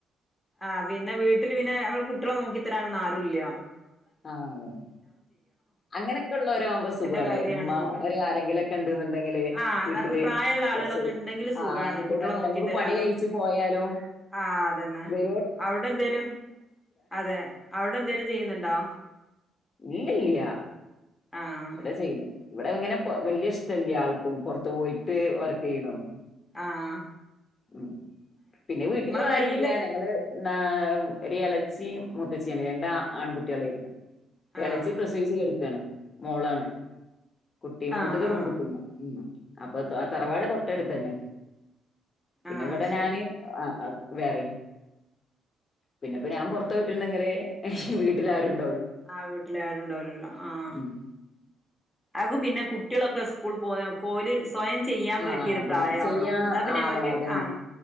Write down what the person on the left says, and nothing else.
ആ അതെ അങ്ങനൊക്കെ ഉള്ള ആവുമ്പോ
സുഖാണ്
ഉമ്മ ആരെങ്കിലൊക്കെ ഉണ്ട് എന്നുണ്ടെങ്കില്
വീട്ടില്
കുറച്ചൊ
ആ ഉണ്ട്ണ്ടെങ്ക
നമുക്ക്
പണി കഴിച്ചു പോയാലും
വേ
ഇല്ലല്ലയാ
ഇവിടെ ചെയ്യുന്നൊന്നും ഇവിടെ ഇങ്ങനെ വലിയ ഇഷ്ടമല്ലേ ആൾക്കും പൊറത്ത് പോയിട്ട് വർക്ക് ചെയ്യണതൊന്നും
ഉ പിന്നെ വീട്ടില്
അരുവില്യ ഞങ്ങള് ആ ഒരു ഇല ച്ചി മുത്തച്ചിയാണ് രണ്ടാ ആൺകുട്ടികളായിരുന്നു
എളച്ചി പ്രസവിച്ചു കെടുക്കാണ് മോളാണ് കുട്ടി മൂത്തത്
പെങ്കുട്ടി ന്ന ഉം അപ്പൊ ത തറവാട്
തൊട്ടടുത്തന്നെ പിന്നെ
ഇവിടെ
ഞാന് ആ ആ വേറെ പിന്നെ ഇപ്പ
ഞാൻ പുറത്ത
പോയിട്ടുണ്ടെങ്കിലേ അയ്യോ വീട്ടിലാരരുണ്ട്
ഉം.
ആ
അതന്നെ
ചെയ്യാ
ആവണം
അതന്നെ